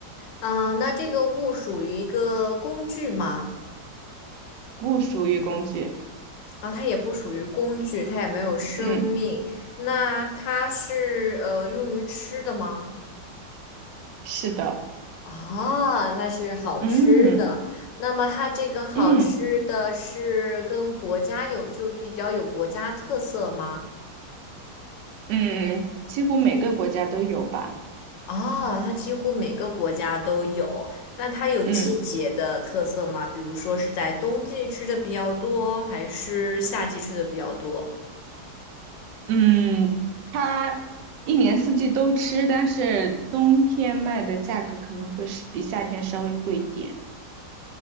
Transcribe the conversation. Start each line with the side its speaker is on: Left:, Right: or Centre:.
Left: 啊，那这个物属于一个工具吗？
Right: 不属于工具。
Left: 啊，它也不属于工具，它也没有生命。
Right: 嗯，
Left: 那它是呃用于吃的吗？
Right: 是的。
Left: 啊，它是好吃的。
Right: 嗯
Left: 那么它这个好吃的是跟国家有，
Right: 嗯
Left: 就比较有国家特色吗？
Right: 嗯，几乎每个国家都有吧。
Left: 啊，它几乎每个国家都有。那它有季节的特色吗？
Right: 嗯
Left: 比如说是在冬季吃的比较多，还是夏季吃的比较多？
Right: 嗯，它一年四季都吃，但是冬天卖的价格可能会是比夏天稍微贵一点。